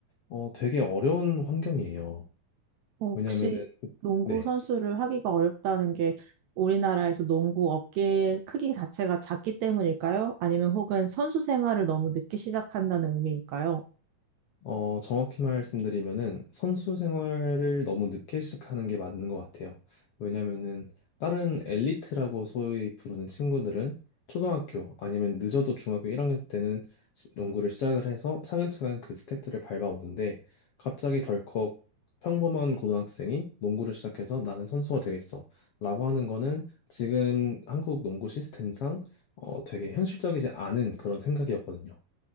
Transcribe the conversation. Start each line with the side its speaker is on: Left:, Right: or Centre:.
Left: 어, 되게 어려운 환경이에요.
Right: 혹시
Left: 왜냐면은 그,
Right: 농구
Left: 네.
Right: 선수를 하기가 어렵다는 게 우리나라에서 농구 업계 크기 자체가 작기 때문일까요? 아니면 혹은 선수 생활을 너무 늦게 시작한다는 의미일까요?
Left: 어, 정확히 말씀드리면은 선수 생활을 너무 늦게 시작하는 게 맞는 것 같아요. 왜냐면은 다른 엘리트라고 소위 부르는 친구들은 초등학교 아니면 늦어도 중학교 1학년 때는 시- 농구를 시작을 해서 차근차근 그 스텝들을 밟아오는데 갑자기 덜컥 평범한 고등학생이 농구를 시작해서 나는 선수가 되겠어 라고 하는 거는 지금 한국 농구 시스템상 어, 되게 현실적이지 않은 그런 생각이었거든요.